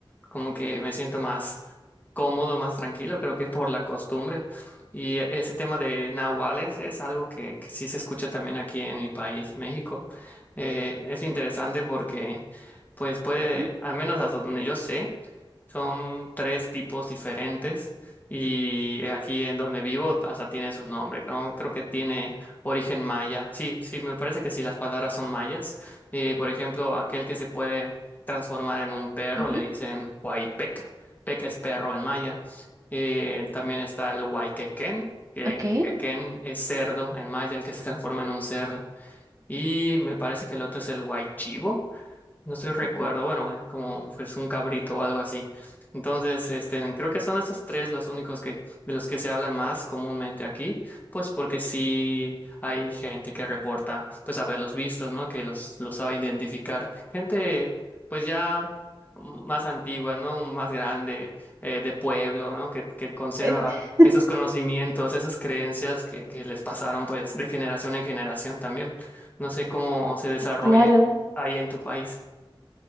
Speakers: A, on the left; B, on the right.
A: como que me siento más cómodo, más tranquilo, creo que por la costumbre. Y ese tema de nahuales es algo que, que sí se escucha también aquí en mi país, México. Eh, es interesante porque, pues puede,
B: ujú,
A: al menos hasta donde yo sé, son tres tipos diferentes y aquí en donde vivo hasta tiene sus nombres. Creo, creo que tiene origen maya. Sí, sí, me parece que sí, las palabras son mayas. Eh, por ejemplo, aquel que se puede transformar en un perro
B: ujú,
A: le dicen huaypeca. Peca es perro en maya. Eh, también está el huayquequén, que
B: ok.
A: quequén es cerdo en maya, el que se transforma en un cerdo. Y me parece que el otro es el huaychivo no estoy recuerdo,
B: Mm.
A: bueno, eh, como pues un cabrito o algo así. Entonces, este, creo que son esos tres los únicos que, de los que se hablan más comúnmente aquí, pues porque sí hay gente que reporta, pues haberlos visto, ¿no? Que los, los sabe identificar. Gente, pues ya más antigua, ¿no? Más grande, eh, de pueblo, ¿no? Que, que conserva
B: Es-
A: esos conocimientos, esas creencias que, que les pasaron, pues, de generación en generación también. No sé cómo se desarrolle
B: <laughs> claro,
A: ahí en tu país.